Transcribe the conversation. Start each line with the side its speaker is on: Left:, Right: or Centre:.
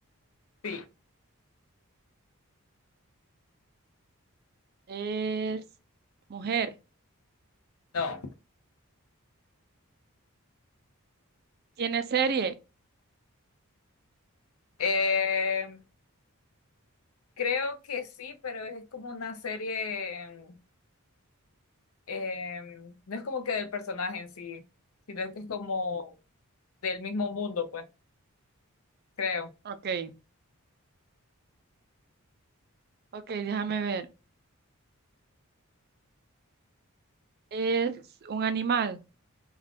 Left: Sí.
Right: Es mujer.
Left: No.
Right: ¿Tiene serie?
Left: Em, creo que sí, pero es como una serie. em, eh, no es como que del personaje en sí, sino que es como del mismo mundo, pues, creo.
Right: Ok, ok, déjame ver. ¿Es un animal?